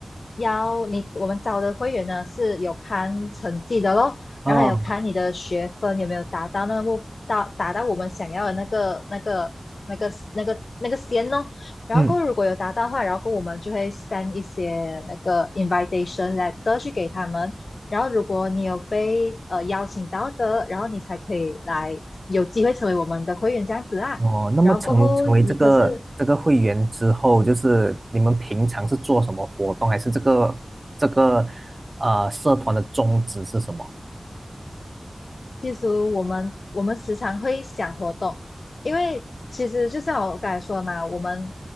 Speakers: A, on the left; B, on the right.
A: 要你，我们招的会员呢是有看成绩的咯，
B: 哦，
A: 然后还有看你的学分有没有达到那个目，到达到我们想要的那个那个那个那个那个线哦。然后过后如果有达到的话，
B: 嗯，
A: 然后过后我们就会 send 一些那个 invitation letter 去给他们。然后如果你有被呃邀请到的，然后你才可以来有机会成为我们的会员这样子啊。
B: 哦，那么成成为这个这个会员之后，
A: 然后过后你可是
B: 就是你们平常是做什么活动，还是这个这个呃社团的宗旨是什么？
A: 其实我们我们时常会想活动，因为其实就像我刚才说的嘛，我们